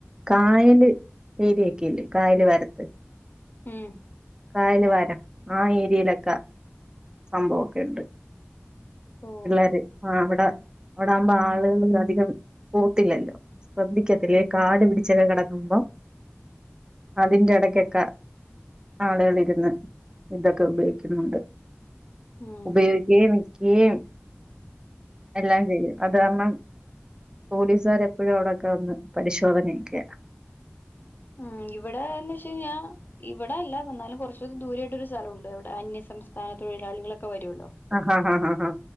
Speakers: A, on the right; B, on the left.
A: കായല് ഏരിയൊക്കെ ഇല്ലേ കായല് വരത്ത്
B: ഉം
A: കായല് വാരം ആ ഏരിയയിലൊക്കെ സംഭവൊക്കെണ്ട്
B: ഓ
A: പിള്ളേര് അവിടെ അവിടെ ആകുമ്പോ ആളുകൾ അധികം പോത്തില്ലല്ലോ ശ്പധിക്കത്തില് കാട് പിടിച്ചൊക്കെ കിടക്കുമ്പോം അതിന്റെ ഇടക്കൊക്കെ ആളുകള ഇരുന്ന് ഇതൊക്കെ ഉപയോഗിക്കുന്നുണ്ട്
B: ഉം
A: ഉപയോഗിക്കുകയും വിക്കുകയും എല്ലാം ചെയ്യും അത് കാരണം പോലീസാര് എപ്പോഴും അവിടൊക്കെ ഒന്ന് പരിശോധനക്കില്ല
B: ഉം ഇവിടെ എന്ന് വെ കഴിഞ്ഞാൽ ഇവിടെ അല്ല എന്നാലും കൊറച്ച് ദൂരായിട്ടൊ ഒരു സ്ഥലംണ്ട് ഇവിടെ അന്യം സംസ്ഥാനതൊഴിലാളികളൊക്കെ വരുല്ലോ
A: ആ ഹാ ഹാ ഹാ ഹാ